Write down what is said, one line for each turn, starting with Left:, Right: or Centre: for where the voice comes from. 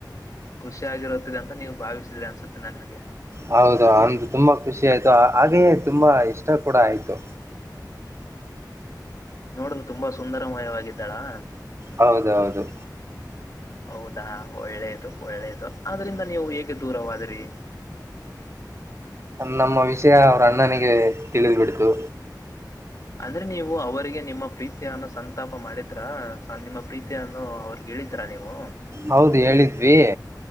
Left: ಖುಷಿಯಾಗಿರುತ್ತದೆ ಅಂತ ನೀವು ಭಾವಿಸಿದ್ರಿ ಅನಿಸುತ್ತೆ ನನಗೆ
Right: ಹೌದು ಅಂದು ತುಂಬಾ ಖುಷಿ ಆಯ್ತು ಹಾಗೆಯೇ ತುಂಬಾ ಇಷ್ಟ ಕೂಡ ಆಯ್ತು
Left: ನೋಡುಲು ತುಂಬಾ ಸುಂದರಮಯವಾಗಿದ್ದಾಳಾ
Right: ಹೌದೌದು
Left: ಹೌದಾ ಒಳ್ಳೇದು ಒಳ್ಳೇದು ಅದ್ರಿಂದ ನೀವು ಹೇಗೆ ದೂರವಾದ್ರಿ.
Right: ನಮ್ಮ ವಿಷಯ ಅವ್ರ ಅಣ್ಣನಿಗೆ ತಿಳಿದ್ ಬಿಡ್ತು.
Left: ಅಂದ್ರೆ ನೀವು ಅವರಿಗೆ ನಿಮ್ಮ ಪ್ರೀತಿಯನ್ನು ಸಂತಾಪ ಮಾಡಿದ್ರ ಸೊ ನಿಮ್ಮ ಪ್ರೀತಿಯನ್ನು ಅವ್ರ. ಹೇಳಿದ್ರಾ ನೀವು.
Right: ಹೌದು ಹೇಳಿದ್ವಿ